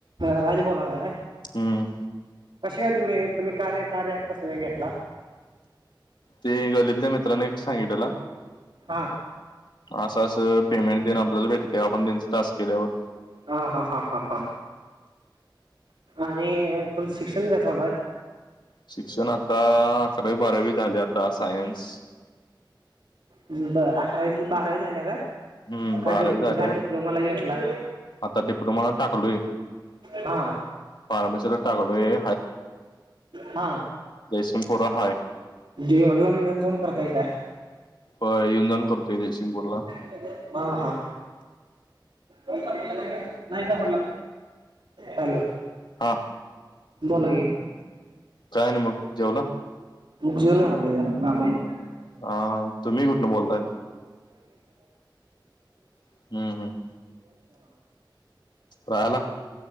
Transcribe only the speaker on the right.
राज बोलालाय काय?
कशी काय तुम्ही तुम्ही कार्य कार्यत कसं काय घेतला.
हा.
हा हा हा हा हा आणि तुमचं शिक्षण काय चालू हाय
बर अकरावी बारावी झाल्यावर
काय
डिप्लोमाला घेतलाय.
हा.
हा.
तुझ्या वडिलांना घेऊन जाऊन करतय काय
हा हा. नाही सापडला, हॅलो.
बोला की
जेऊन आले जरा काम येत. <inaudible> <unintelligible>